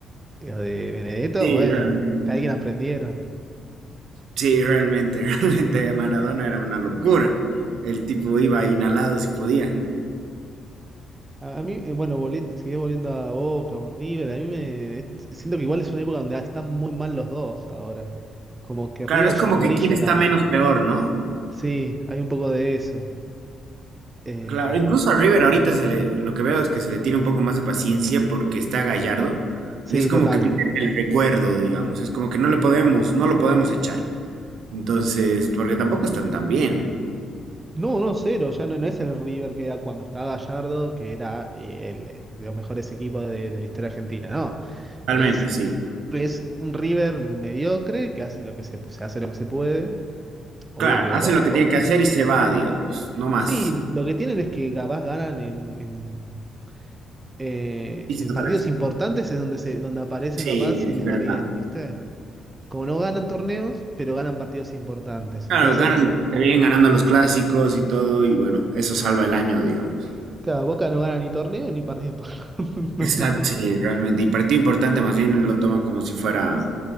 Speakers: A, on the right; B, on the right.
A: o de Benedetto,
B: Sí,
A: bueno,
B: realmente.
A: que alguien aprendieron.
B: Sí, realmente, <laughs> realmente. Maradona era una locura. El tipo iba inhalado si podía.
A: A, a mí, eh, bueno, volviendo, sigues volviendo a Boca o River, a mí me es- siento que igual es una época donde están muy mal los dos ahora. Como que
B: Claro,
A: River
B: es como
A: ya no
B: que
A: brilla
B: quién está
A: tanto.
B: menos peor, ¿no?
A: Sí, hay un poco de eso. Eh,
B: Claro, incluso a River ahorita se le, lo que veo es que se le tiene un poco más de paciencia porque está Gallardo
A: sí,
B: y es como
A: total.
B: que vive el recuerdo, digamos, es como que no le podemos, no lo podemos echar. Entonces, porque tampoco están tan bien.
A: No, no, cero, ya no, no es el River que era cuando estaba Gallardo, que era eh, el, de los mejores equipos de, de la historia argentina, no.
B: Realmente,
A: Es
B: sí.
A: Es un River mediocre que hace lo que se, se hace lo que se puede. Obvio
B: Claro,
A: que Boca.
B: hace lo que
A: Bo-
B: tiene que hacer y se va, digamos, no más.
A: sí, lo que tienen es que capaz ganan en, en, eh,
B: Y sí,
A: en
B: tal
A: partidos importantes es donde se, donde aparece
B: Sí,
A: capaz y
B: es
A: les
B: verdad.
A: va bien, ¿viste? Como no ganan torneos, pero ganan partidos importantes.
B: Claro,
A: Entonces,
B: ganan, le vienen ganando los clásicos y todo, y bueno, eso salva el año, digamos.
A: claro, Boca no gana ni torneo ni partido importante. <laughs>
B: Exacto, sí, realmente. Y partido importante, más bien lo toman como si fuera